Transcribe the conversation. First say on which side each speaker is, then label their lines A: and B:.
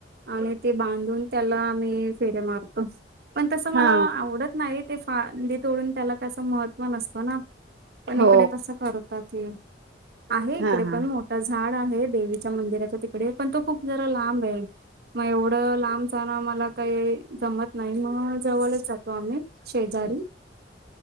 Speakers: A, on the right; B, on the right.
A: आणि ते बांधून त्याला आम्ही फेऱ्या मारतो पण तसं मला
B: हा
A: आवडत नाही ते फांदे तोडून त्याला कसं महत्व नसतं ना पण
B: हो
A: इकडे तसं करतात. ते आहे इकडे
B: हा हा
A: पण मोठ ठ झाड आहे देवीच्या मंदिराचा तिकडे पण तो खूप जरा लांब आहे. मग एवढ लांब जान मला काही जमत नाही मग जवळच जातो आम्ही शेजारी